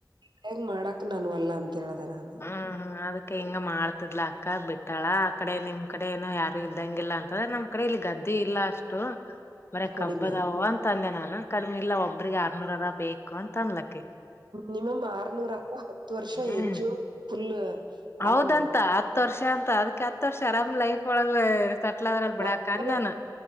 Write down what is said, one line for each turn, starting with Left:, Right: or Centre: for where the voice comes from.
Right: ಹೇಗ್ ಮಾಡಕ್ ನಾನವಲ್ಲ ಅಂತ ಹೇಳ್ದ ನಾನು.
Left: ಹ್ಮ ಹ್ಮ. ಅದ್ ಹಿಂಗ ಮಾಡ್ತಿದ್ಲ ಅಕ್ಕ ಬಿಟ್ಟಾಳ ಆ ಕಡೆ ನಿಮ್ ಕಡೆ ಏನನು ಯಾರು ಇದ್ದಂಗಿಲ್ಲ ಅಂತಂದ್ರೆ ನಮ್. ಅ ಕಡೆ ಇಲ್ಲಿ ಗದ್ದೆ ಇಲ್ಲ ಅಷ್ಟು. ಮರ
Right: ಕಡಿಮೆ
Left: ಕಬ್ಬದಾವ ಅಂತ ಅಂದೆ ನಾನು ಕಡಿಮೆ ಇಲ್ಲ ಒಬ್ರಿಗೆ ಆರ್ನೂರರ ಬೇಕು ಅಂತ ಅನ್ಲಕ್ಕ.
Right: ಮಿನಿಮ್ ಆರ್ನೂರ ಅಲ್ಲವಾ ಹತ್ತು ವರ್ಷ
Left: ಹ್ಮ್
Right: ಎನ್ ಜಿಒ ಫುಲ್.
Left: ಹೌದಂತ
Right: ಆರಾಮ್ ಇದೆ
Left: ಹತ್ ವರ್ಷ ಅಂತ ಅದ್ಕ ಹತ್ ವರ್ಷ ಅರಾಮ್ ಲೈಫ್ ಒಳಗ. ಸೆಟ್ಲ್ ಅದ್ರಲ್ಲಿ ಬಿಡಾಕ
Right: ಒಂದ್ಸಲ
Left: ಅಂದಾನ